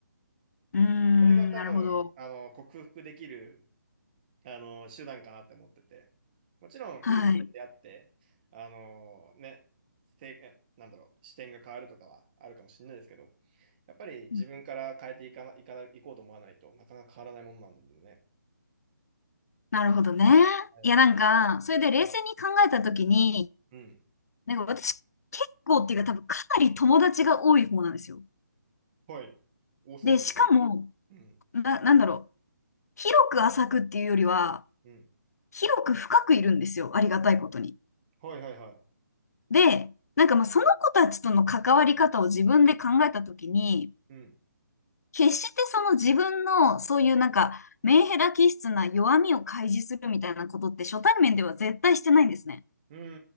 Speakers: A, on the left (about 55°); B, on the right (about 30°).
A: うーん。
B: それが多分、
A: なるほど。
B: あの、克服できる、あの、手段かなって思ってて。もちろん、
A: はい。
B: いい人ってあって、
A: う
B: あの、ね、せい、えなんだろう、視点が変わるとかはあるかもしれないですけど、やっぱり自分から変えていかな、
A: ん
B: いかな、いこうと思わないとなかなか変わらないものなのでね。
A: なるほどね。
B: はい。
A: いや、なんか、それで冷静に考えたときに、
B: うん。うん。
A: なんか私、結構っていうか多分かなり友達が多い方なんですよ。
B: はい。多そうですもんね。
A: で、しかも、
B: うん。
A: な、なんだろう。広く浅くっていうよりは、
B: うん。
A: 広く深くいるんですよ。ありがたいことに。
B: はいはいはい。
A: で、なんかまあその子たちとの関わり方を自分で考えたときに、
B: うん。
A: 決してその自分のそういうなんかメンヘラ気質な弱みを開示するみたいなことって初対面では絶対してないんですね。
B: うん。う